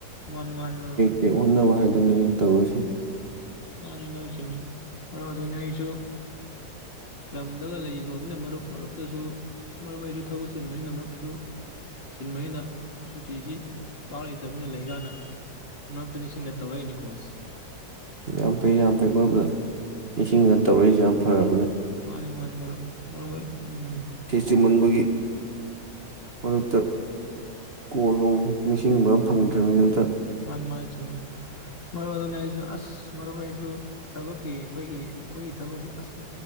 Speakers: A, on the left; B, on the right.
A: ꯃꯥꯅꯤ ꯃꯥꯅꯤ ꯃꯔꯨꯞ
B: ꯇꯦꯛ ꯑꯣꯅ ꯋꯥ <unintelligible> ꯑꯗꯨꯅꯤ ꯇꯧꯔꯤꯁꯦ꯫
A: ꯃꯥꯅꯤ ꯃꯔꯨꯞ ꯆꯨꯝꯃꯤ ꯃꯔꯨꯞ ꯑꯗꯨꯅꯤ ꯑꯩꯁꯨ ꯂꯝꯗꯒ ꯂꯩ ꯂꯣꯃꯤꯅ ꯃꯔꯨꯞ ꯃꯔꯨꯞꯇꯁꯨ ꯃꯔꯨꯞ ꯑꯩꯁꯨ ꯊꯕꯛ ꯆꯤꯟꯕꯅꯤꯅ ꯃꯔꯨꯞꯁꯨ ꯆꯤꯟꯕꯅꯤꯅ ꯁꯨꯇꯤꯁꯤ ꯄꯥꯛ ꯂꯩꯇꯕꯅꯤꯅ ꯂꯩꯀꯥꯟꯅ ꯃꯔꯨꯞꯇ ꯅꯤꯡꯁꯤꯡꯅ ꯇꯧꯔꯛꯏꯅꯤ ꯀꯣꯜꯁꯦ꯫
B: ꯌꯥꯝ ꯐꯩ ꯌꯥꯝ ꯐꯩ ꯃꯔꯨꯞꯅ ꯅꯤꯡꯁꯤꯡꯉ ꯇꯧꯔꯛꯏꯁꯦ ꯌꯥꯝ ꯐꯔꯕꯅꯤ꯫
A: ꯃꯥꯅꯤ ꯃꯥꯅꯤ ꯃꯔꯨꯞ ꯑꯩ ꯎꯝ
B: ꯆꯤꯃꯟꯕꯒꯤ ꯃꯔꯨꯞꯇ ꯀꯣꯜꯅꯨꯡ ꯅꯤꯡꯁꯤꯡꯕ ꯑꯃ ꯐꯪꯗꯔꯥꯅꯤꯝꯅꯦ ꯃꯔꯨꯞ
A: ꯃꯥꯅꯤ ꯃꯥꯅꯤ ꯆꯨꯝ ꯃꯔꯨꯞ ꯑꯗꯨꯅ ꯑꯩꯁꯨ ꯑꯁ ꯃꯔꯨꯞ ꯑꯩꯁꯨ ꯊꯕꯛꯀꯤ ꯑꯩꯈꯣꯏꯒꯤ ꯑꯩꯈꯣꯏꯒꯤ ꯊꯕꯛꯁꯤ ꯑꯁꯨ